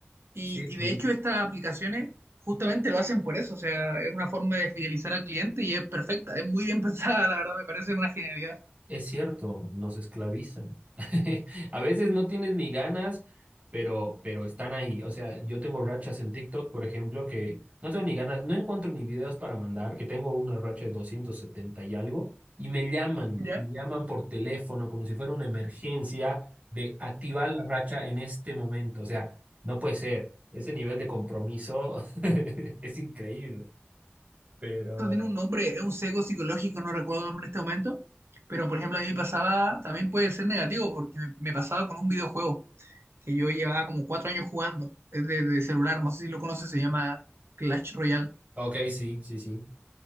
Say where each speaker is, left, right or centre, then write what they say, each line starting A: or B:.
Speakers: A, on the right; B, on the right.
A: Y,
B: Sí,
A: y
B: sí.
A: de hecho estas aplicaciones justamente lo hacen por eso, o sea, es una forma de fidelizar al cliente y es perfecta, es muy bien <laughs> pensada, la verdad, me parece una genialidad.
B: Es cierto, nos esclavizan. <laughs> A veces no tienes ni ganas, pero, pero están ahí. O sea, yo tengo rachas en TikTok, por ejemplo, que no tengo ni ganas, no encuentro ni videos para mandar, que tengo una racha de 270 y algo, y me llaman,
A: ¿Ya?
B: me llaman por teléfono como si fuera una emergencia de activar la racha en este momento. O sea, no puede ser. Ese nivel de compromiso <laughs> es increíble. Pero,
A: Esto tiene un nombre, es un sesgo psicológico, no recuerdo el nombre en este momento, pero por ejemplo a mí me pasaba, también puede ser negativo, porque me, me pasaba con un videojuego que yo llevaba como cuatro años jugando, es de, de celular, no sé si lo conoces, se llama Clash Royale.
B: ok, sí, sí, sí.